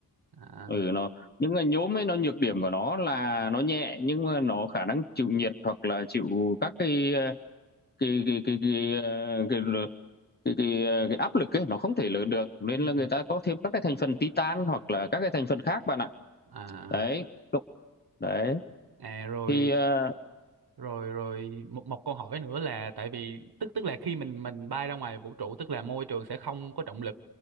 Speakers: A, on the right; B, on the left.
A: À.
B: ừ nó những cái nhôm ấy nó nhược điểm của nó là nó nhẹ nhưng mà nó khả năng chịu nhiệt hoặc là chịu các cái cái cái cái cái ờ, cái, cái, cái, cái áp lực ấy nó không thể lớn được nên
A: Ừ.
B: là người ta có thêm các cái thành phần titan hoặc là các cái thành phần khác bạn ạ
A: À,
B: đấy đấy
A: à rồi
B: thì ờ,
A: rồi rồi một một câu hỏi nữa là tại vì tức tức là khi mình mình bay ra ngoài vũ trụ tức là môi trường sẽ không có trọng lực.